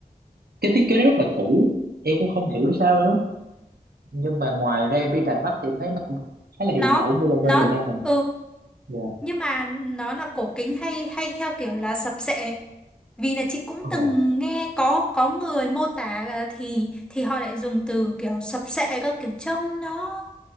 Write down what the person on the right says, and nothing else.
cái thiết kế nó rất là cũ em cũng không hiểu sao nữa nhưng mà ngoài ra em đi Đài Bắc thì em thấy nó cũng khá là hiện
đại như là bên
miền Nam mình
dạ
Ờ,